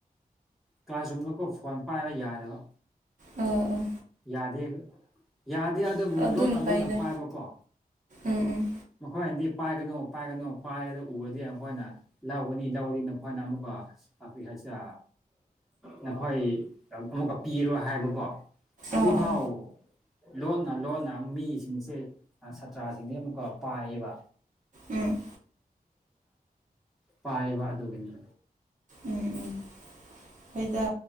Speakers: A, in the centre; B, on the right.
A: ꯀ꯭ꯂꯥꯁꯔꯨꯝꯗꯀꯣ ꯐꯣꯟ ꯄꯥꯏꯔ ꯌꯥꯗꯕ
B: ꯑꯣ ꯑꯣ
A: ꯌꯥꯗꯦꯒ ꯌꯥꯗꯦ ꯑꯗꯨꯕꯨ
B: ꯑꯗꯨꯅ
A: ꯂꯣꯠꯅ
B: ꯐꯩꯗ
A: ꯂꯣꯠꯅ ꯄꯥꯏꯕꯀꯣ
B: ꯎꯝ ꯎꯝ
A: ꯃꯈꯣꯏꯅꯗꯤ ꯄꯥꯏꯒꯅꯣ ꯄꯥꯏꯒꯅꯣ ꯄꯥꯏꯔꯒ ꯎꯔꯗꯤ ꯑꯩꯈꯣꯏꯅ ꯂꯧꯒꯅꯤ ꯂꯧꯔꯤꯅ ꯑꯩꯈꯣꯏꯅ ꯑꯃꯨꯛꯀ ꯑꯁ ꯅꯈꯣꯏ ꯑꯃꯨꯛꯀ ꯄꯤꯔꯣ ꯍꯥꯏꯕꯀꯣ ꯑꯗꯨ
B: ꯑꯥ
A: ꯐꯥꯎ
B: ꯑꯥ
A: ꯂꯣꯟꯅ ꯂꯣꯟꯅ ꯃꯤꯁꯤꯡꯁꯦ ꯁꯥꯇ꯭ꯔꯥꯁꯤꯡꯁꯦ ꯑꯃꯨꯛꯀ ꯄꯥꯏꯌꯦꯕ
B: ꯎꯝ
A: ꯄꯥꯏꯕ ꯑꯗꯨꯒꯤꯅꯤ
B: ꯎꯝ ꯎꯝ ꯍꯣꯏꯗ